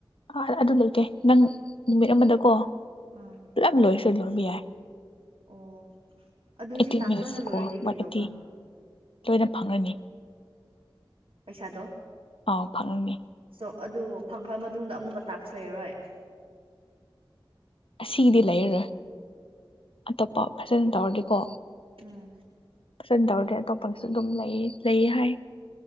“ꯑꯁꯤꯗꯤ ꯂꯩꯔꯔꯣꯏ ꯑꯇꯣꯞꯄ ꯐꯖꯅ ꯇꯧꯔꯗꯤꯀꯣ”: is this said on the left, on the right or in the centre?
Left